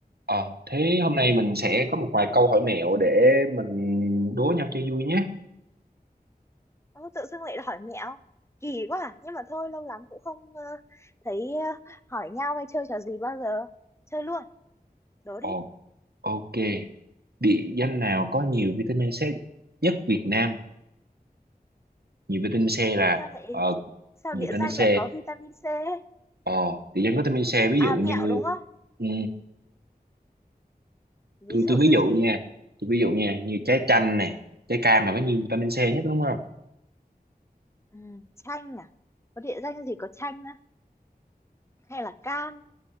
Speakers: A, on the right; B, on the left.
A: Ờ, thế hôm nay mình sẽ có một vài câu hỏi mẹo để mình đố nhau cho vui nhé.
B: Ô, tự dưng lại hỏi mẹo kỳ quá à. nhưng mà thôi lâu lắm cũng không ờ, thấy ờ, hỏi nhau hay chơi trò gì bao giờ chơi luôn đố
A: Ồ,
B: đi
A: ok. Địa danh nào có nhiều vitamin C nhất Việt Nam? Nhiều vitamin C là
B: sao lại
A: ờ,
B: sao
A: nhiều
B: địa
A: vitamin
B: danh
A: C.
B: lại có vitamin C ấy?
A: ờ địa danh có vitamin C ví
B: à
A: dụ như
B: mẹo đúng không
A: ừ,
B: ví
A: tôi
B: dụ
A: tôi
B: như
A: ví dụ
B: gì
A: nha. Tôi ví dụ nha, như trái chanh nè, trái cam là có nhiều vitamin C nhất đúng không?
B: ừ, chanh à có địa danh gì có chanh á hay là cam